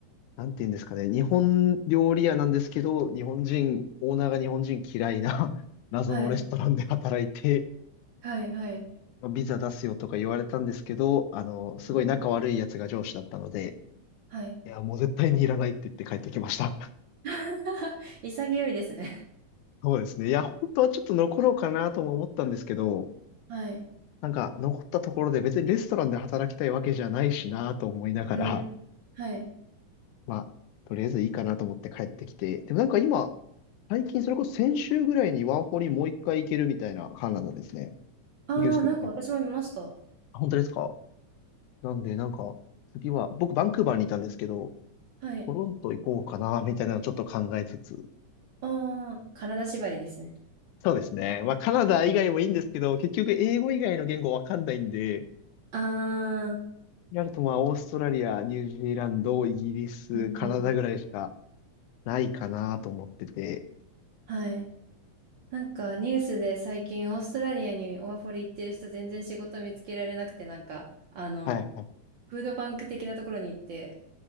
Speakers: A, on the left; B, on the right.
A: なんて言うんですかね、日本料理屋なんですけど、日本人、オーナーが日本人嫌いな <laughs> 謎のレストランで働いて、
B: はい、はい、はい、
A: まあビザ出すよとか言われたんですけど、あの、すごい仲悪いやつが上司だったので、
B: うん、はい、
A: いや、もう絶対にいらないって言って帰ってきました。<laughs>
B: <laughs> 潔いですね。
A: そうですね。いや、本当はちょっと残ろうかなとも思ったんですけど、
B: はい、
A: なんか残ったところで別にレストランで働きたいわけじゃないしなと思いながら、
B: うん、はい、
A: まあ、とりあえずいいかなと思って帰ってきて、でもなんか今、最近、それこそ先週ぐらいにワーホリもう一回行けるみたいなカナダですね。
B: あー、
A: ニュースが出て。
B: なんか私も見ました。
A: あ、本当ですかなんで、なんか、次は、僕、バンクーバーにいたんですけど、
B: はい、
A: トロント行こうかな、みたいなのをちょっと考えつつ。
B: あー、体縛りですね。
A: そうですね。まあ、カナダ以外もいいんですけど、
B: で
A: 結局、英語以外の言語わかんないんで、
B: あー、
A: やると、まあ、オーストラリア、ニュージーランド、イギリス、
B: うん、
A: カナダぐらいしか
B: うん、
A: ないかなと思ってて。
B: はい、なんかニュースで最近オーストラリアにワーホリ行ってる人全然仕事見つけられなくてなんかあの
A: はいはい。
B: フードバンク的なところに行って